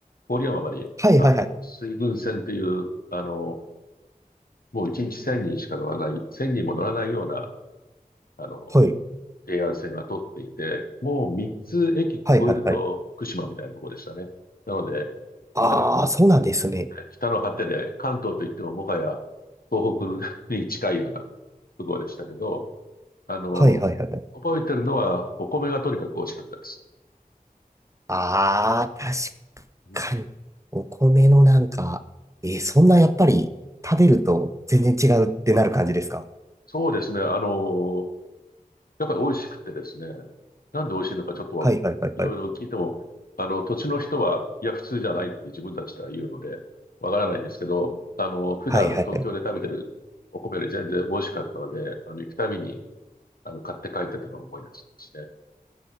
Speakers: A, on the left; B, on the right.
A: 郡山まで、
B: はいはいはい。
A: あの、水郡線っていう、あの、もう1日1000人しか乗らない、1000人も乗らないような、あの、
B: はい。
A: AR 線が通っていて、もう3つ駅越えると福島みたいなところでしたね。
B: はいはいはい。
A: なので、
B: あー、
A: 茨城
B: そうなんですね。
A: と北の果てで関東といってももはや東北に近いようなところでしたけど、あの、
B: はいはいはいはい。
A: 覚えてるのは、お米がとにかく美味しかったです。
B: あー、
A: うん。
B: 確かに。お米のなんか、えーそんなやっぱり食べると全然違うってなる感じですか
A: そうですね。あの、やっぱり美味しくてですね。なんで美味しいのかちょっとはいろいろ聞いても、
B: はいはいはいはい。
A: あの、土地の人は、いや、普通じゃないって自分たちでは言うので、わからないんですけど、あの、普段東京で食べてるお米より全然美味しかったので、
B: はいはいはい。
A: あの、行くたびに、あの、買って帰ってたのを思い出すんですね。